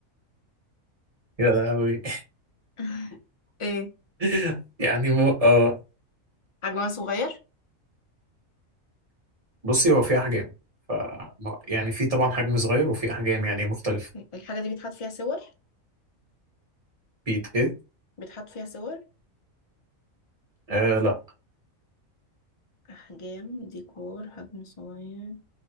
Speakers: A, on the right (about 30°); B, on the left (about 45°).
A: يا لهوي
B: <laughs> ايه
A: <laughs> يعني مو آه
B: حجمها صغير
A: بصي هو في احجام ف يعني في طبعا حجم صغير وفي احجام يعني مختلفة
B: الحاجة دي بيتحط فيها صور
A: في ايه
B: بيتحط فيها صور
A: آه لا
B: أحجام ديكور حجم صغير